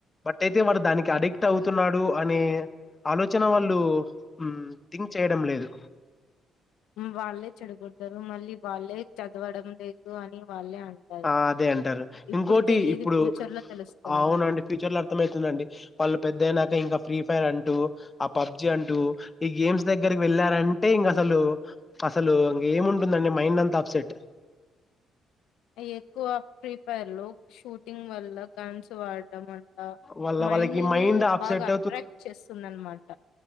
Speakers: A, on the left; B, on the left.
A: బట్ అయితే వాడు దానికి అడిక్ట్ అవుతున్నాడు అనే ఆలోచన వాళ్ళు మ్మ్ థింక్ చేయడం లేదు
B: వాళ్ళే చెడుగతారు మళ్ళీ వాళ్ళే చదవడం లేదు అని వాళ్ళే అంటారు
A: ఆ అదే అంటారు
B: ఇప్పుడు
A: ఇంకోటి
B: తెలియదు
A: ఇప్పుడు
B: ఫ్యూచర్ లో తెలుస్తుంది
A: అవునండి ఫ్యూచర్ లో అర్థమవుతుందండి వాళ్ళు పెద్దయినాక ఇంకా ఫ్రీ ఫైర్ అంటూ ఆ పబ్జి అంటూ ఈ గేమ్స్ దగ్గరికి వెళ్ళారంటే ఇంక అసలు అసలు ఇంక ఏము ఉంటుందండి మైండ్ అంతా అప్సెట్
B: ఎక్కువ ప్రీ పైర్లు షూట్ టింగ్ వల్ల కన్స్ వాడటమంట అలా
A: వాళ్ళ
B: మైండ్
A: వాళ్ళకి
B: ని
A: అప్సెట్
B: బాగా అట్రాక్ట్ చేస్తుంది అనమాట